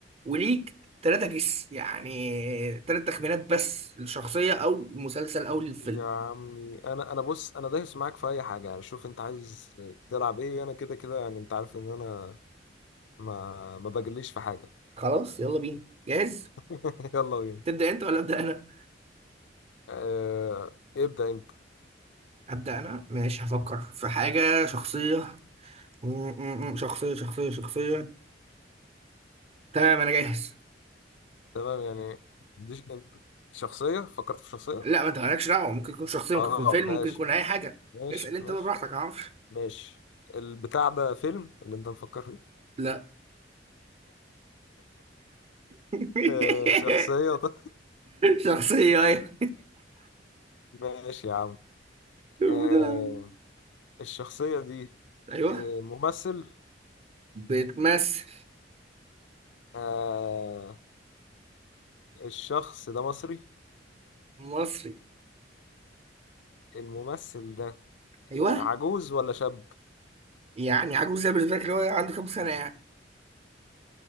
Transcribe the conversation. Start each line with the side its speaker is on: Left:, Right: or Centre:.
Right: وليك تلاتة جس يعني تلات تخمينات بس للشخصيه او المسلسل او الفيلم
Left: يا عمي انا انا بص انا دايس معاك في اي حاجة يعني شوف انت عايز تلعب ايه انا كده كده يعني انت عارف ان انا ما ما بجليش في حاجة
Right: خلاص يلا بينا جاهز
Left: <laughs> يلا بينا
Right: تبدا انت ولا ابدا
Left: آه ابدأ انت
Right: أبدأ أنا ماشي هفكر في حاجة شخصية م- م- م- شخصية شخصية شخصية تمام أنا جاهز
Left: تمام يعني دي ش- انت- شخصية فكرت في شخصية
Right: لا ما أنت مالكش دعوة ممكن يكون شخصية ممكن
Left: اه
Right: يكون فيلم
Left: ماشي
Right: ممكن يكون أي حاجة
Left: ماشي
Right: اسأل أنت
Left: ماشي
Right: بقى براحتك معرفش
Left: ماشي البتاع ده فيلم اللي انت مفكر فيه
Right: لا <laughs>
Left: آه شخصية طيب
Right: شخصية أيوه
Left: <laughs> ماشي يا عم
Right: بتلعب.
Left: آه الشخصية دي
Right: أيوه
Left: آه ممثل
Right: بتمثل
Left: آه الشخص ده مصري
Right: مصري
Left: الممثل ده
Right: أيوه
Left: آه، عجوز ولا شاب
Right: يعني عجوز زي بالنسبة لك اللي هو عنده كام سنة يعني